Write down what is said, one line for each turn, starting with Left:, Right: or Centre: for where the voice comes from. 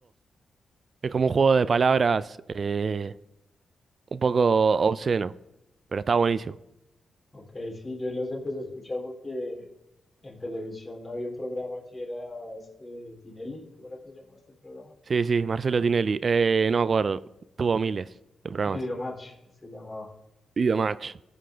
Right: Es como un juego de palabras eh, un poco obsceno, pero está buenísimo.
Left: ok, sí, yo los empecé a escuchar porque en televisión había un programa que era este de Tinelli. ¿Cómo era que se llamaba este programa?
Right: Sí, sí, Marcelo Tinelli, eh, no me acuerdo, tuvo miles de programas.
Left: Videomatch se llamaba.
Right: Video Match,